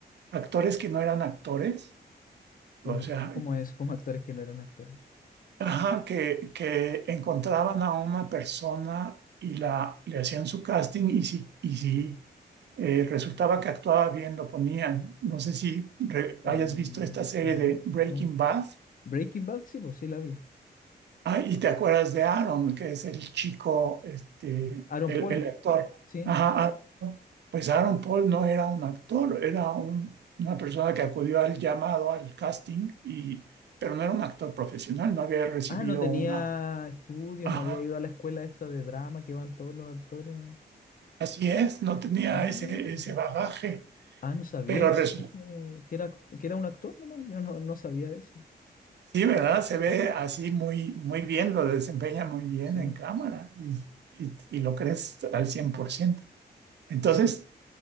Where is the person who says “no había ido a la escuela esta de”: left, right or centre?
Left